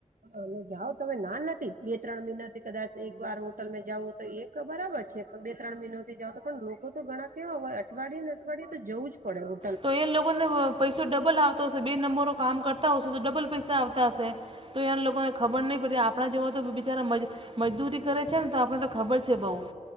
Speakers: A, on the right; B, on the right.
A: અને જાઓ તમે ના નથી બે ત્રણ મહિના થી કદાચ એક વાર હોટલમેં જાવઓ તો એક બરાબર છે પણ બે ત્રણ મહિનાથી જાવ તો પણ લોકો તો ઘણા કેવાય અઠવાડીયે ને અઠવાડીયે તો જવું જ પડે હો
B: તો એ લોકોને વ પૈસો ડબલ આવતો હશે બે નંબરો કામ કરતા હશે તો ડબલ પૈસા આવતા હશે. તો એ લોકોને ખબર નહી પડતી આપણા જોવા તો બિચારા મજ મજદૂરી કરે છે ને તો આપણે તો ખબર છે બહુ